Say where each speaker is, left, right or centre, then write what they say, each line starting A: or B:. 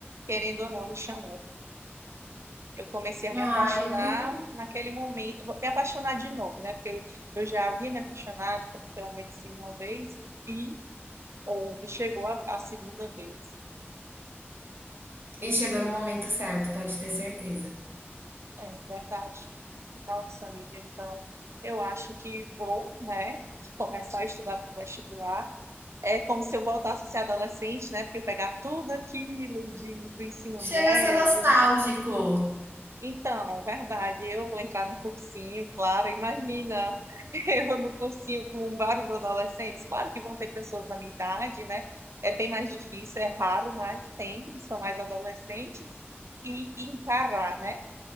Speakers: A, on the right (about 85°); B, on the right (about 55°).
A: querendo ou não, me chamou. Eu comecei a me
B: Ah,
A: apaixonar
B: eu fico
A: naquele momento, me apaixonar de novo, né? Porque eu, eu já havia me apaixonado pela medicina uma vez e houve, chegou a, a segunda vez.
B: E chegou no momento certo, pode ter certeza.
A: É verdade. Nossa, amiga, então eu acho que vou, né, começar a estudar para vestibular. É como se eu voltasse a ser adolescente, né? Porque eu pegar tudo aquilo de, do ensino
B: Chega
A: médio,
B: a ser nostálgico,
A: Então, verdade, eu vou entrar no cursinho, claro, imagina, <laughs> eu no cursinho com vários adolescentes, claro que vão ter pessoas da minha idade, né? É bem mais difícil, é raro, mas tem, são mais adolescentes, e encarar, né,